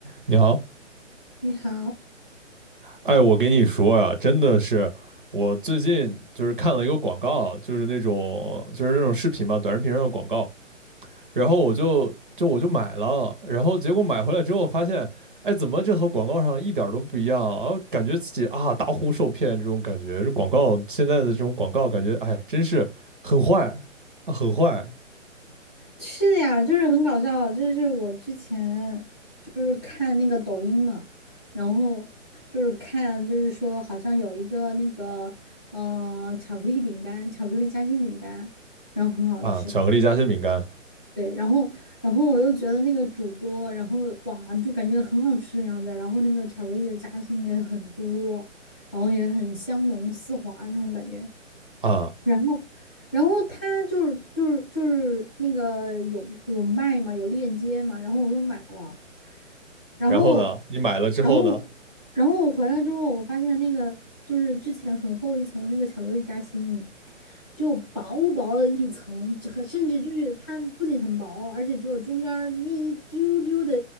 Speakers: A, on the right (about 45°); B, on the left (about 20°).
A: 你好，
B: 你好，
A: 哎，我给你说呀，真的是，我最近就是看了一个广告，就是那种就是那种视频嘛，短视频上的广告，然后我就就我就买了，然后结果买回来之后发现，哎，怎么这和广告上一点儿都不一样啊？感觉自己啊大呼受骗这种感觉，这广告现在的这种广告感觉，哎，真是很坏啊，很坏
B: 是呀，就是很搞笑，就是我之前就是看那个抖音嘛，然后就是看，就是说好像有一个那个呃巧克力饼干，巧克力夹心饼干，然后很好吃，
A: 啊，巧克力夹心饼干
B: 对，然后然后我又觉得那个主播，然后哇，就感觉很好吃的样子，然后那个巧克力的夹心也很多，然后也很香浓丝滑那种感觉，
A: 啊，
B: 然后，然后他就是就是就是那个有有卖嘛，有链接嘛，然后我就买了，然后，
A: 然后呢，你买了之后呢，
B: 然嗯后，然后我回来之后，我发现那个就是之前很厚一层的那个巧克力夹心，就薄薄的一层，这很甚至就是它不仅很薄，而且只有中间儿那一丢丢的